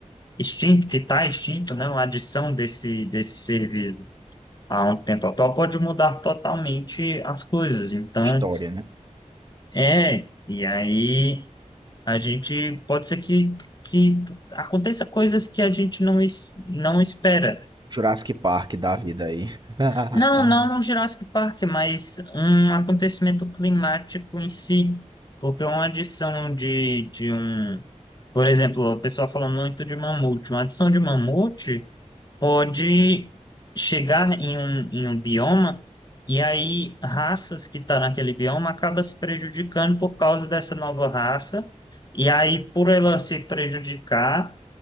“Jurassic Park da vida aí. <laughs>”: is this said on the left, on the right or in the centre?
Right